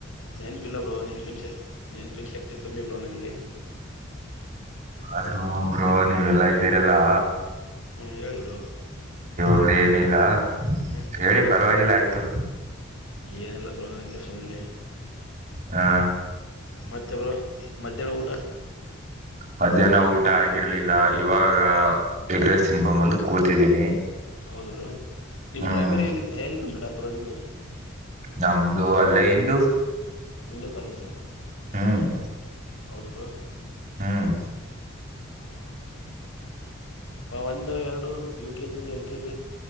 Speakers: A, on the left; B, on the right.
A: ನೆನ್ಪಿಲ್ಲ ಬ್ರೋ ನೆನ್ಪಿನ್ಸೆ ನೆನ್ಪಿನ್ ಶಕ್ತಿ ಕಮ್ಮಿ ಬ್ರೋ ನನಗೆ
B: ಆದ್ರೂ ಬ್ರೋ ನೀವೆಲ್ಲಾ ಇದ್ದೀರೆಲ್ಲಾ
A: ಹ್ಮ್ ಹೇಳ ಬ್ರೋ
B: ಅ ಏನಿಲ್ಲ
A: ಹ್ಮ್
B: ಹೇಳಿ ಪರ ಪರವಾಗಿಲ್ಲ ಆಯಿತು
A: ಏನಿಲ್ಲ ಬ್ರೋ ಹಗೆ ಸುಮ್ನೆ
B: ಹಾ
A: ಮತ್ತೆ ಬ್ರೋ ಮಧ್ಯಾಹ್ನ ಊಟ
B: ಮಧ್ಯಾಹ್ನ ಊಟ ಆಗಿರ್ಲಿಲ್ಲ ಇವಾಗ ಎಗ್ರಸ್ ತಿನ್ಕೊ ಬಂದು ಕೂತಿದ್ದೀನಿ
A: ಹೌದ ಬ್ರೋ ನಿಮ್
B: ಹ್ಮ್
A: ಪ್ರೈಮರಿ ಎಲ್ಲಿ ಎಲ್ಲಿ ಕಂಪ್ಲೀಟ್ ಆಯ್ತು ಬ್ರೋ ನಿಮ್ದು
B: ನಮ್ದು ಅಲ್ಲೇ ಇಂದು
A: ಇಂದು ಕಾಲೇಜಾ
B: ಹ್ಮ್
A: ಹೌದ ಬ್ರೋ
B: ಹ್ಮ್
A: ಹ ಒಂದು ಎರಡು ಯು ಕೆಜಿ ಎಲ್ ಕೆಜಿ